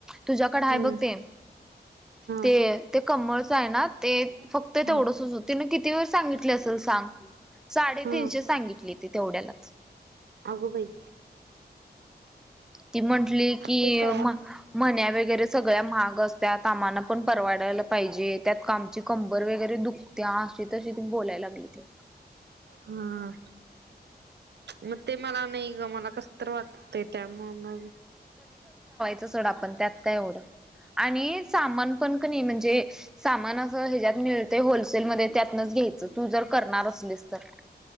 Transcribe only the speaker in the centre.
तुझ्याकड आहे
बघ ते. ते,
ते कमळच आहे ना? ते फक्त तेवढंसच
होत, तिनं किती वेळ सांगितले असेल सांग? साडे-तीनशे
सांगितलेती, तेवढ्यालाच.
ती म्हंटली की,
म म्हण्या वगैरे सगळ्या महाग असत्यात. आम्हांना पण परवाडायला पाहिजे. त्यात आमची कंबर वगैरे दुखं ती अशी-तशी ती बोलाय लागली होती.
ते सोड आपण, त्यात काय एवढं. आणि सामानपण, कनी म्हणजे सामान असं हेज्यात मिळतंय होलसेलमध्ये. त्यातनंच घ्यायचं, तू जर करणार असलीस तर.